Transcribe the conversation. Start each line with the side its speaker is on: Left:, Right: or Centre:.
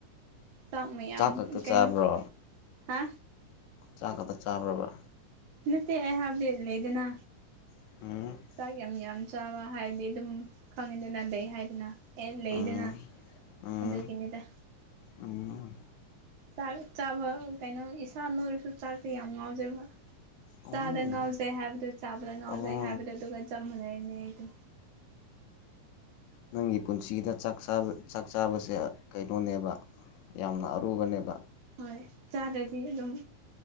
Right: ꯆꯥꯛ ꯃꯌꯥꯝ
Left: ꯈꯛꯇ
Right: ꯀꯩꯅꯣ
Left: ꯆꯥꯕ꯭ꯔꯣ
Right: ꯍꯥ
Left: ꯆꯥꯛ ꯈꯛꯇ ꯆꯥꯕ꯭ꯔꯕ
Right: ꯅꯠꯇꯦ ꯑꯩ ꯍꯥꯏꯕꯗꯤ ꯂꯩꯗꯅ
Left: <unintelligible>
Right: ꯆꯥꯛ ꯌꯥꯝ ꯌꯥꯝ ꯆꯥꯕ ꯍꯥꯏꯗꯤ ꯑꯗꯨꯝ ꯈꯪꯉꯤꯗꯅ ꯂꯩꯩ ꯍꯥꯏꯗꯅ ꯑꯦ ꯂꯩꯗꯅ
Left: ꯎꯝ ꯎꯝ
Right: ꯑꯗꯨꯒꯤꯅꯤꯗ
Left: ꯎꯝ
Right: ꯆꯥꯛ ꯆꯥꯕ ꯀꯩꯅꯣ ꯏꯁꯥ ꯅꯣꯏꯔꯁꯨ ꯆꯥꯛꯇꯤ ꯌꯥꯝ ꯉꯥꯎꯖꯕ
Left: ꯑꯣ
Right: ꯆꯥꯗ ꯉꯥꯎꯖꯩ ꯍꯥꯏꯕꯗꯨ ꯆꯥꯕꯗ ꯉꯥꯎꯖꯩ
Left: ꯑꯣ
Right: ꯍꯥꯏꯕꯗꯨ ꯑꯗꯨꯒ ꯆꯞ ꯃꯅꯔꯤꯅꯦ ꯑꯩꯗꯨ
Left: ꯅꯪꯒꯤ ꯄꯨꯟꯁꯤꯗ ꯆꯥꯛ ꯆꯥꯕ ꯆꯥꯛ ꯆꯥꯕꯁꯦ ꯑ ꯀꯩꯅꯣꯅꯦꯕ ꯌꯥꯝꯅ ꯑꯔꯨꯕꯅꯦꯕ
Right: ꯍꯣꯏ ꯆꯥꯗ꯭ꯔꯗꯤ ꯑꯗꯨꯝ